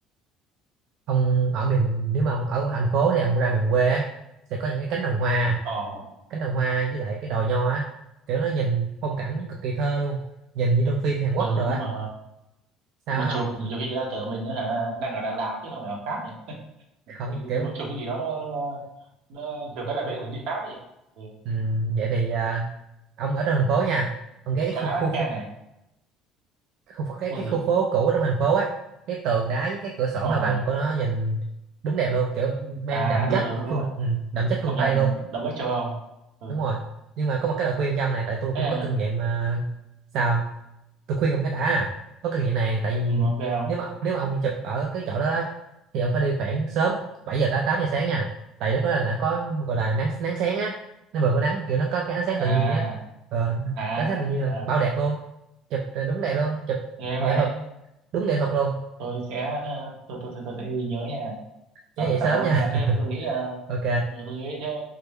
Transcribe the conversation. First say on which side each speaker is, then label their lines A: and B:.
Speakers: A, on the right (about 60°); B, on the right (about 75°).
A: ông ở miền nếu mà ông ở thành phố thì ông ra miền quê á sẽ có những cái cánh đồng hoa
B: ồ.
A: cánh đồng hoa với lại cái đồi nho á kiểu nó nhìn phong cảnh cực kỳ thơ luôn nhìn như trong phim Hàn Quốc
B: Ừ
A: rồi
B: nhưng
A: á
B: mà
A: sao
B: nhưng mà
A: á
B: chụp
A: không
B: nhiều khi người ta tưởng mình á hả đang ở Đà Lạt chứ không phải ở Pháp nhỉ? Ừ,
A: không
B: Thì
A: kiểu
B: tôi muốn chụp cái gì đó nó nó, nó chụp cái là biết mình đi Pháp ấy. Ừ.
A: ừ, vậy thì ờ, ông ở trong thành phố nha ông ghé cái
B: Có
A: khu
B: tháp
A: khu,
B: Eiffel
A: khu
B: này,
A: khu, cái
B: có
A: cái
B: gì?
A: khu phố cũ trong thành phố ấy cái tường đá với cái cửa sổ
B: Ồ.
A: hoa văn của nó nhìn đúng đẹp luôn kiểu mang
B: À
A: đậm chất
B: đúng rồi đúng rồi đúng
A: phương
B: rồi
A: ừ, đậm chất
B: công
A: phương
B: nhận
A: Tây luôn
B: động đất châu Âu ừ.
A: đúng rồi nhưng mà có một cái lời khuyên cho ông này tại tôi
B: thế
A: cũng
B: à?
A: có kinh nghiệm à, sao tôi khuyên ông cái đã à. có kinh nghiệm này tại vì
B: ừ, ok không
A: nếu mà nếu mà ông chụp ở cái chỗ đó đó thì ông phải đi khoảng sớm 7 giờ tới 8 giờ sáng nha tại lúc đó là nó có gọi là nắng nắng sáng á nó vừa có nắng kiểu nó có cái ánh sáng
B: à
A: tự nhiên á ờ,
B: à,
A: cái ánh sáng tự nhiên là
B: à.
A: bao đẹp luôn chụp đúng đẹp luôn chụp
B: nghe vậy
A: nghệ thuật đúng nghệ thuật luôn
B: tôi sẽ ờ, tôi tôi tôi, tôi sẽ ghi nhớ nha
A: nhớ
B: ờ,
A: dậy sớm
B: cảm ơn
A: nha
B: ông nha thế tôi
A: <laughs>
B: nghĩ ờ,
A: ok
B: ừ, tôi nghĩ thế ờ,